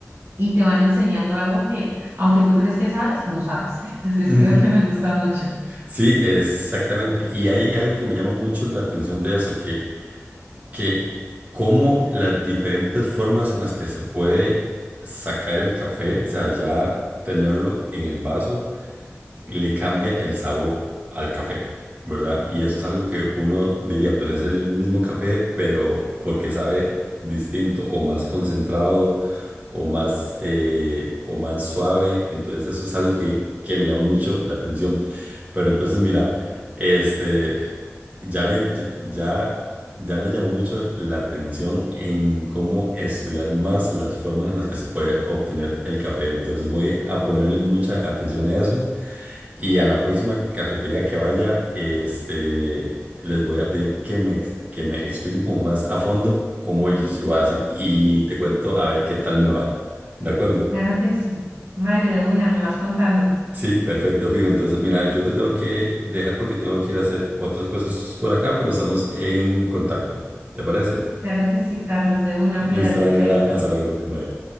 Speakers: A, on the right; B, on the right.
A: y te van enseñando algo que, aunque tú crees que sabes, no sabes. <laughs> Entonces
B: Ujú.
A: creo que me gusta mucho.
B: Sí, exactamente. Y hay algo que me llama mucho la atención de eso, que, que cómo las diferentes formas en las que se puede sacar el café, o sea, ya tenerlo en el vaso le cambia el sabor al café, ¿verdad? Y eso es algo que uno diría, pues es el mismo café, pero porque sabe distinto o más concentrado o más, eh, o más suave. Entonces eso es algo que, que me llama mucho la atención. Pero entonces mira, este, ya me, ya... Ya me llamó mucho la atención en cómo estudiar más las formas en las que se puede obtener el café. Entonces voy a ponerle mucha atención a eso y a la próxima cafetería que vaya, este, les voy a pedir que me, ex- que me expliquen como más a fondo cómo ellos lo hacen y te cuento a ver qué tal me va. ¿De acuerdo?
A: Claro que sí. Vale, de una, me vas contando.
B: Sí, perfecto, fijo. Entonces, mira, yo te tengo que dejar porque tengo que ir a hacer otras cosas por acá, pero estamos en contacto. ¿Te parece?
A: Claro que sí, Carlos, de una,
B: Listo,
A: cuídate,
B: Daniela.
A: chaito.
B: Hasta luego. Bye.